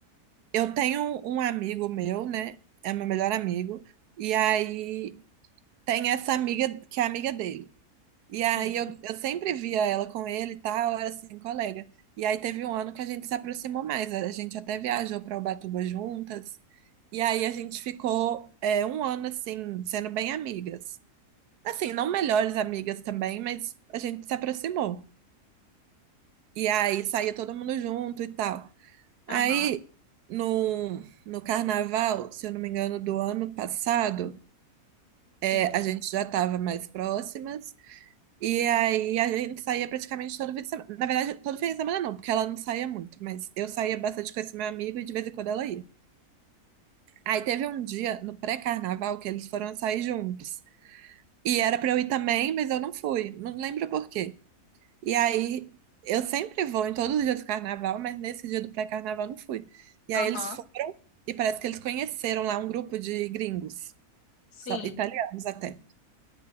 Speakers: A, on the right (about 80°); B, on the left (about 80°).
A: eu tenho um amigo meu, né? É meu melhor amigo, e aí tem essa amiga que é amiga dele. E
B: Sim.
A: aí eu, eu sempre via ela com ele e tal, era assim, colega. E aí teve um ano que a gente se aproximou mais, a gente até viajou para Ubatuba juntas. E aí a gente ficou é, um ano assim, sendo bem amigas. Assim, não melhores amigas também, mas a gente se aproximou. E aí saía todo mundo junto e tal. Aí
B: Aham,
A: no, no carnaval, se eu não me engano, do ano passado, é,
B: sim.
A: a gente já estava mais próximas. E aí a gente saía praticamente todo fim de semana. Na verdade, todo fim de semana não, porque ela não saía muito, mas eu saía bastante com esse meu amigo e de vez em quando ela ia. Aí teve um dia no pré-carnaval que eles foram sair juntos. E era pra eu ir também, mas eu não fui. Não lembro por quê. E aí eu sempre vou em todos os dias do carnaval, mas nesse dia do pré-carnaval eu não fui. E
B: Aham,
A: aí eles foram e parece que eles conheceram lá um grupo de gringos,
B: sim.
A: só- italianos até.